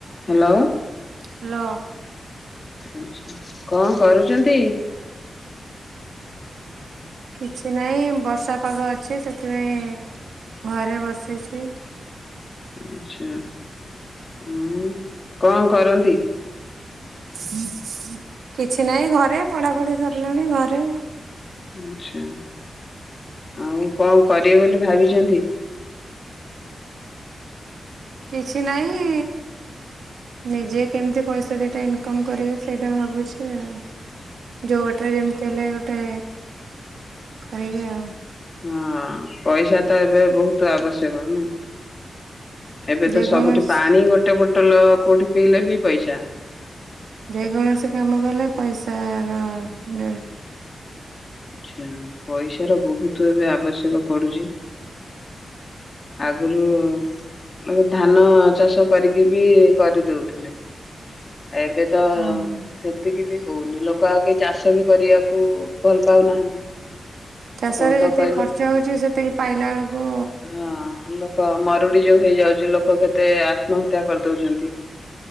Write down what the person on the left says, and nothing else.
hello
ଆଚ୍ଛା କଣ କରୁଛନ୍ତି?
ଆଚ୍ଛା। ହଁ କଣ କରନ୍ତି?
ଆଚ୍ଛା ଆଉ କଣ କରିବେ ବୋଲି ଭାବିଛନ୍ତି?
ହଁ ପଇସା ତ ଏବେ ବହୁତ ଆବଶ୍ୟକ ନାଇଁ ଏବେ
ତ ସବୁଠି ପାଣି ଗୋଟେ ଗୋଟେ ହୋଟଲ କୋଉଠି ପିଇଲେ ବି ପଇସା।
ଆଚ୍ଛା ପଇସ ର ବହୁତ ଏବେ ଆବଶ୍ୟକ ପଡୁଛି। ଆଗରୁ ଧାନ ଚାଷ। କରିକି ବି କରିଦଉଥିଲେ। ଏବେ ତ
ସେତିକି ବି ହଉନି ଲୋକ ଆଉ କେହି ଚାଷ ବି କରିବାକୁ ଭଲ ପାଉନାହାନ୍ତି।
ସବୁ ତ
କହିଲେ
ହଁ ଲୋକ ମରୁଡି ଯୋଉ ହେଇଯାଉଛି ଲୋକ କେତେ ଆତ୍ମହତ୍ୟା କରିଦଉଛନ୍ତି।